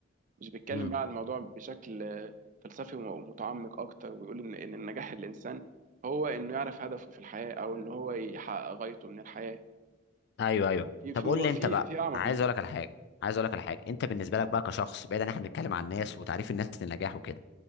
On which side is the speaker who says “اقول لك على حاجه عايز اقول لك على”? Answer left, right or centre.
Left